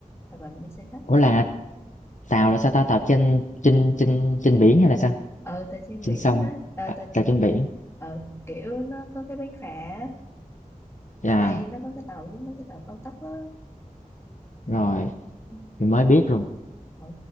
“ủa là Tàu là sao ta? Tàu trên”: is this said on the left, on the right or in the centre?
Left